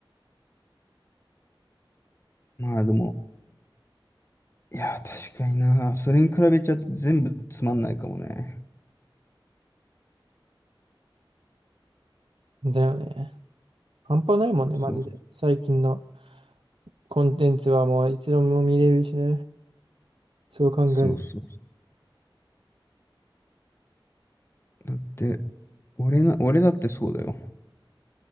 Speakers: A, on the left; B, on the right.
A: うん。まあでも、いや、確かにな。それに比べちゃうと全部つまんないかもね。
B: だよね。半端ないもんね、マジで。
A: そう
B: 最近のコンテンツはもういつでも見れるしね。そう考える。
A: そうそう。だって、俺な、俺だってそうだよ。